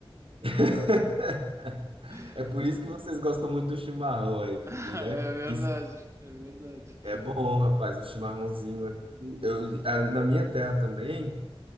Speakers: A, on the right; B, on the right.
A: <laughs>
B: <laughs>
A: É por isso que vocês gostam muito do chimarrão aí,
B: É
A: né?
B: verdade,
A: Que isso
B: é verdade.
A: é bom, rapaz, o chimarrãozinho. aí. Eu, ah, na minha terra também.